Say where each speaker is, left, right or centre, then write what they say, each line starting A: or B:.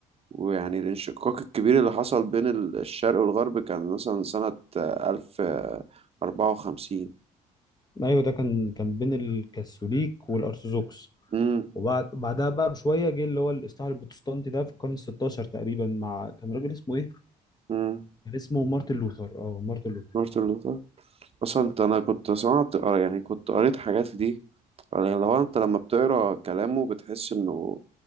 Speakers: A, on the right; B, on the left.
A: ويعني الانشقاق الكبير اللي حصل بين ال- الشرق والغرب كان مثلا سنة آه، ألف آه، أربعة وخمسين
B: ايوه ده كان كان بين الكاثوليك والارثوذكس
A: امم
B: وبعد بعدها بقى بشويه جه اللي هو الاصلاح البروتستانتي ده في القرن ال 16 تقريبا مع كان راجل اسمه ايه؟
A: امم
B: كان اسمه مارتن لوثر اه مارتن لوثر
A: مارتن لوثر أصلا أنت أنا كنت سمعت قر- يعني كنت قريت حاجات دي لو أنت لما بتقرا كلامه بتحس إنه